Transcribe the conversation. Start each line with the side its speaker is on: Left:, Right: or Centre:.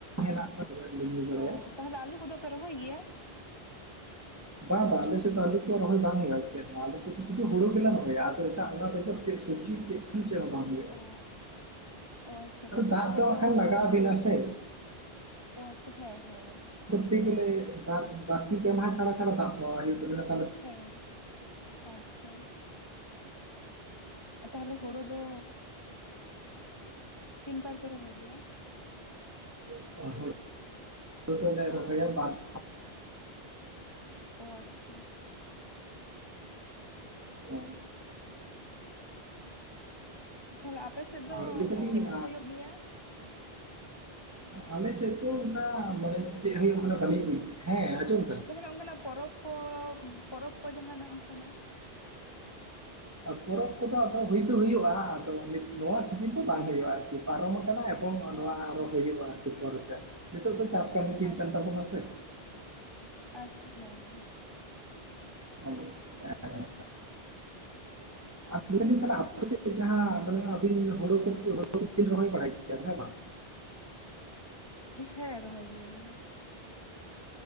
Right: ᱦᱮᱱᱟᱜ <unintelligible> ᱛᱟ ᱧᱩ ᱵᱟᱲᱟᱭᱟ
Left: ᱚ ᱛᱟᱦᱚᱞᱮ ᱟᱹᱞᱩ ᱠᱚᱫᱚ ᱯᱮ ᱨᱚᱦᱚᱭ ᱜᱮᱭᱟ
Right: ᱵᱟᱝ ᱵᱟᱝ ᱟᱞᱮ ᱥᱮᱫ ᱫᱚ ᱟᱹᱞᱩ ᱠᱚ ᱨᱚᱦᱚᱭ ᱵᱟᱝ ᱦᱩᱭᱩᱜᱼᱟ ᱪᱮᱫ ᱦᱚᱸ ᱟᱞᱮ ᱥᱮᱫ ᱫᱚ ᱥᱩᱫᱩ ᱦᱩᱲᱩ ᱜᱮᱞᱮ ᱨᱚᱦᱚᱭᱟ ᱟᱫᱚ ᱮᱴᱟᱜ ᱚᱱᱟ ᱵᱮᱜᱚᱨ ᱪᱮᱫ ᱠᱩᱪᱤ ᱪᱮᱫ ᱠᱷᱟᱱ ᱪᱮᱫ ᱦᱚᱸ ᱵᱟᱝ ᱦᱩᱭᱩᱜ
Left: ᱚ ᱚ ᱟᱪᱪᱷᱟ ᱛᱟᱦᱞᱮ
Right: ᱫᱟᱜ
Left: ᱦᱩᱲᱩ
Right: ᱦᱟᱸᱜ
Left: ᱫᱚ
Right: ᱠᱷᱟᱱ ᱞᱟᱜᱟᱣ
Left: ᱢᱟᱱᱮ
Right: ᱟᱵᱤᱱᱟ ᱥᱮ
Left: ᱚ ᱟᱪᱪᱷᱟ ᱦᱮᱸ ᱦᱮᱸ
Right: ᱛᱤ <unintelligible> ᱜᱮᱞᱮ ᱵᱟᱨ ᱵᱟᱨᱥᱤ ᱯᱮ ᱢᱟᱦᱟᱸ ᱪᱷᱟᱲᱟ ᱪᱷᱟᱲᱟ ᱫᱟᱜ ᱦᱚ ᱦᱩᱭᱩᱜ ᱛᱟᱵᱮᱱᱟ᱾
Left: ᱦᱮᱸ ᱟᱪᱪᱷᱟ ᱛᱟᱦᱚᱞᱮ ᱦᱳᱲᱳ ᱫᱚ ᱛᱤᱱ ᱯᱟᱨ ᱯᱮ ᱨᱚᱦᱚᱭ ᱜᱮᱭᱟ᱾
Right: <unintelligible> <unintelligible>
Left: ᱚ ᱟᱪᱪᱷᱟ
Right: ᱦᱮᱸ
Left: ᱛᱟᱦᱚᱞᱮ ᱟᱯᱮ ᱥᱮᱫ ᱫᱚ
Right: ᱟᱨ ᱞᱟᱹᱭ
Left: ᱚᱱᱠᱟ
Right: ᱫᱟᱞᱤᱧ
Left: ᱪᱮᱫ ᱠᱚ ᱦᱩᱭᱩᱜ ᱜᱮᱭᱟ?
Right: ᱟᱞᱮ ᱥᱮᱫ ᱫᱚ ᱚᱱᱠᱟ
Left: ᱦᱮᱞᱳ
Right: ᱵᱟᱲᱮ ᱪᱮᱫ ᱦᱩᱭᱩᱜ ᱠᱟᱞᱤᱧ ᱵᱩᱡᱽ ᱦᱮᱸ ᱟᱡᱚᱢ
Left: ᱡᱟᱦᱟᱱᱟᱜ ᱚᱱᱠᱟᱱᱟᱜ ᱯᱚᱨᱚᱵᱽ ᱠᱚ ᱯᱚᱨᱚᱵᱽ ᱠᱚ ᱡᱟᱦᱟᱱᱟᱜ ᱚᱱᱠᱟᱱᱟᱜ
Right: ᱯᱚᱨᱚᱵᱽ ᱠᱚᱫᱚ ᱟᱫᱚ ᱦᱩᱭ ᱫᱚ ᱦᱩᱭᱩᱜᱼᱟ᱾ ᱟᱫᱚ ᱱᱚᱣᱟ ᱥᱤᱡᱤᱱ ᱫᱚ ᱵᱟᱝ
Left: ᱦᱮᱸ
Right: ᱦᱩᱭᱩᱜᱼᱟ ᱟᱨᱠᱤ ᱯᱟᱨᱚᱢ ᱟᱠᱟᱱᱟ ᱮᱵᱚᱝ
Left: ᱚ
Right: ᱱᱚᱣᱟ
Left: ᱟᱪᱪᱷᱟ
Right: ᱟᱨᱚ ᱦᱩᱭᱩᱜᱼᱟ ᱟᱨᱠᱤ ᱯᱚᱨᱮᱛᱮ ᱱᱤᱛᱚᱜ ᱫᱚ ᱪᱟᱥ ᱠᱟᱹᱢᱤ ᱫᱤᱱ
Left: ᱟᱪᱪᱷᱟ
Right: ᱠᱟᱱ ᱛᱟᱵᱚᱱᱟ ᱥᱮ᱾
Left: ᱟᱪᱪᱷᱟ ᱦᱮᱸ ᱦᱮᱸ
Right: ᱚ ᱦᱮᱸ <inaudible> ᱟᱨ <unintelligible> ᱛᱟᱦᱚᱞᱮ ᱟᱯᱮ ᱥᱮᱫ ᱡᱟᱦᱟᱸ <unintelligible> ᱟᱹᱵᱤᱱ ᱦᱩᱲᱩ ᱠᱚ <unintelligible> ᱨᱚᱦᱚᱭ ᱵᱟᱲᱟᱭ ᱜᱮᱭᱟ ᱦᱮᱸ ᱵᱟᱝ᱾
Left: ᱦᱮᱸ ᱨᱚᱦᱚᱭ ᱜᱮᱭᱟᱞᱤᱧ᱾